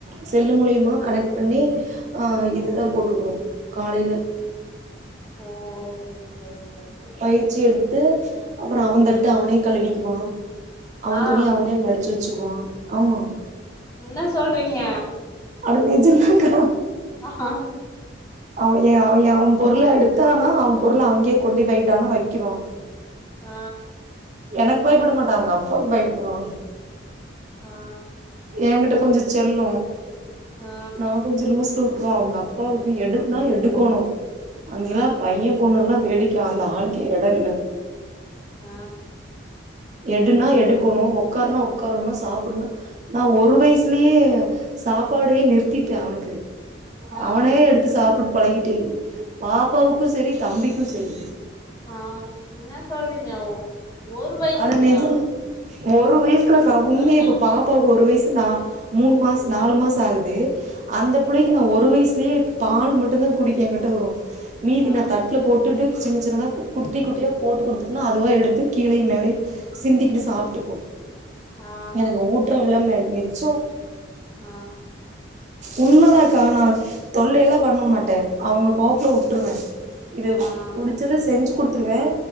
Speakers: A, on the right; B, on the left.
A: செல்லு மூலியமா
B: ஆ
A: கனெக்ட் பண்ணி அ இதுதா
B: ம்
A: போட்டுருகுவோ காலைல
B: ஓ சரி சரி சரி
A: பயிற்சி எடுத்து அப்புறோ அவ
B: ம்
A: தட்டு அவனே கழுவிக்குவா அவ
B: ஆ
A: துணி அவனே மடு ச்சு வெச்சுக்குவா ஆமா
B: இன்ன சொல்றீங்க
A: அட நிஜந்தாக்கா
B: ஆ ஹா
A: அவ ஏ அவயே அவ பொருள எடுத்தானா அவ பொருள அங்கேயே கொண்டு போய்டானா வைக்குவா
B: ஆ
A: எனக் பயப்பட மாட்டா அவுங்க அப்பாவுக் பயப்படுவா
B: ஆ
A: ஏங்கிட்ட கொஞ்சோ செல்லோ
B: ஆ
A: நா கொஞ்சோ லூஸ்ல உட் ருவ அவுங்க அப்பாவுக்கு எடுக்னா எடுக்கோணோ அங்கெல்லா
B: ஆ
A: பைய பொண்ணு எல்லா வேடிக்க அந்த ஆளுக்கே எட இல்ல
B: ஆ
A: எடுனா எடுக்கோனு ஒக்கார்னா உடக்கார்னு சாப்புட்னா நா ஒரு வயசுலேயே சாப்பாடே நிறுத்திட்டே அவனுக்கு
B: ஆ
A: அவனே எடுத்து சாப்புட்டு பழகிட்டே பாப்பாவுக்கு செரி தம்பிக்கு செரி
B: ஆ இன்ன சொல்றீங்க ஒரு வயசுலயா
A: அட நெஜன் ஒரு வயசுல சாப்புன்னே
B: என்னால
A: இப்ப
B: நம்பவே
A: பாப்பாவுக்கு
B: முடியல
A: ஒரு வயசுதா மூனு மாஸ் நாலு மாச ஆகுது அந்த புள்ளைக்கு
B: ஆ
A: நா ஒரு வைஸ் கே பால் மட்டுதா குடிக்க என்கிட்ட வரு மீதி
B: ஆ
A: நா தட்ல போட்டுட்டு சின்ன சின்னதா குடுத்தி குட்டியா போட்டு குடுத்துட்டனா அதுவா எடுத்து கீழேயு மேழையு சிந்திக்கிட்டு சாப்ட்டுக்கு
B: ஆ
A: எனக்கு ஊட்டுற வெள மிச்சோ
B: ஆ
A: உண்மதாகா நா தொல்லையெல்லா பண்ண மாட்டே அவுங்க போக்குல உட்ருவே இது
B: ஆ
A: புடிச்சத செஞ்சி குடுத்துருவே